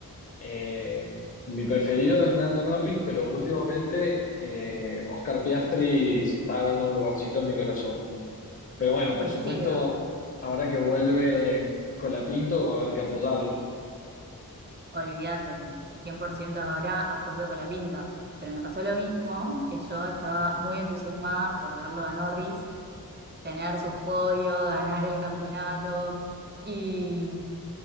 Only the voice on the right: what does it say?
Coincido,
olvídate. cien por ciento ahora apoyo a Colapinto. Pero me pasó lo mismo, que yo estaba muy entusiasmada por verlo a Norris tener su podio, ganar el campeonato y,